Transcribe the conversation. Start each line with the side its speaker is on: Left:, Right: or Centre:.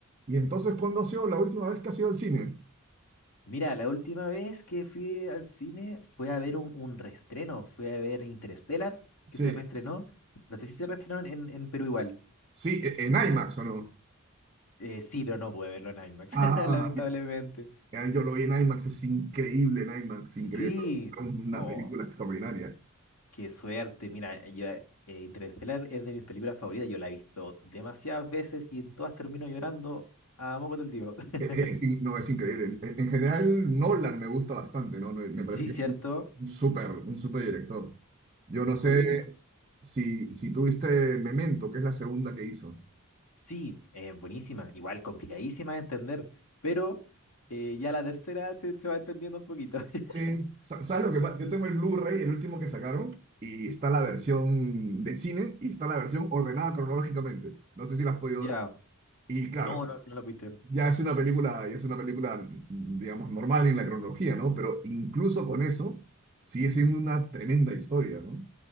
Right: Y entonces, ¿cuándo ha sido la última vez que ha sido al cine?
Left: Mira, la última vez que fui al cine fue a ver un, un reestreno, fue a ver Interstellar, que
Right: Sí.
Left: se reestrenó. No sé si se reestrenó en, en Perú igual.
Right: Sí, e- en IMAX, ¿o no?
Left: Eh, sí, pero no pude verlo en IMAX,
Right: Ah,
Left: <laughs> lamentablemente.
Right: ya yo lo vi en IMAX, es increíble en IMAX,
Left: Sí,
Right: increíble, pero es una
Left: oh,
Right: película extraordinaria.
Left: qué suerte. Mira, yo, eh, Interstellar es de mis películas favoritas, yo la he visto demasiadas veces y en todas termino llorando a moco del tío. <laughs>
Right: Eh, eh, es in- no, es increíble. En, en general, Nolan me gusta bastante, ¿no? Me me
Left: Sí,
Right: parece que
Left: cierto.
Right: es un un súper, un súper director. Yo no sé
Left: Oye,
Right: si, si tuviste Memento, que es la segunda que hizo.
Left: Sí, eh, buenísima, igual complicadísima de entender, pero eh, ya la tercera se, se va entendiendo un poquito. <laughs>
Right: Sí, Sa- ¿sabes lo que pasa? Yo tengo el Blu-ray, el último que sacaron, y está la versión de cine y está la versión ordenada cronológicamente. No sé si la has podido
Left: Ya,
Right: ver. Y claro,
Left: no, no, no la pudiste ver.
Right: ya es una película, ya es una película, digamos, normal en la cronología, ¿no? Pero incluso con eso, sigue siendo una tremenda historia, ¿no?